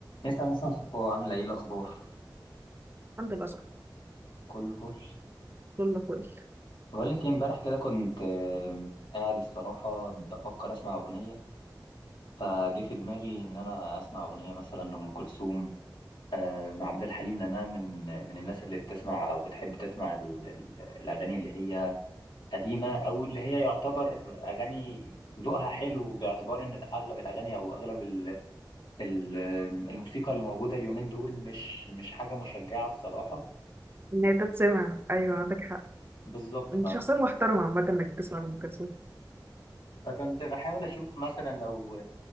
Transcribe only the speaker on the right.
الحمد لله صح
كله فل
ان هي تتسمع ايوه عندك حق
انت شخصيه محترمه عامه انك تسمع لام كلثوم